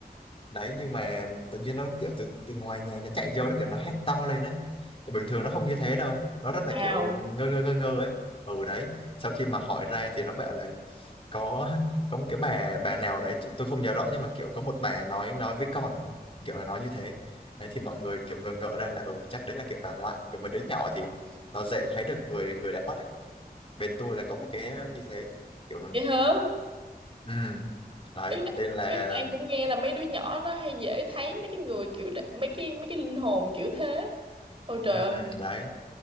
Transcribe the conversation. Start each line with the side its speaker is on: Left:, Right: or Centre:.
Left: đấy nhưng mà tự nhiên nó kiểu từ từ ngoài nhà nó chạy vô nó kiểu nó hét to lên đấy bình thường nó không như thế đâu nó rất là
Right: Wow.
Left: kiểu ngơ ngơ ngơ ngơ ấy ừ đấy sau khi mà hỏi ra thì nó bảo là có có một cái bà bà nào đấy t- tôi không nhớ rõ nhưng mà kiểu có một bà nói nói với con kiểu là nói như thế đấy thì mọi người kiểu ngờ ngợ ra là ừ chắc đấy là kiểu bà ngoại kiểu mấy đứa nhỏ thì nó dễ thấy được người người đã mất ấy bên tôi là có một cái như thế kiểu
Right: Vậy hả?
Left: ừ đấy
Right: Ý là,
Left: đây là
Right: ý là An cũng nghe là mấy đứa nhỏ nó hay dễ thấy mấy cái người kiểu đ- mấy cái mấy cái linh hồn kiểu thế. Ôi trời
Left: ừ,
Right: ơi.
Left: ừ, đấy